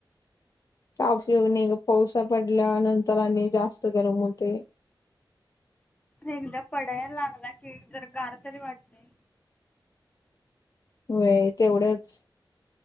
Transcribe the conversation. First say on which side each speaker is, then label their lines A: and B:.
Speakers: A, on the left; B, on the left.
A: <unintelligible> आणि पाऊसा पडल्या नंतर आणि जास्त गरम होते.
B: एकदा पडाया लागला कीं जरा गार तरी वाटतंय.
A: होय तेवढ्याच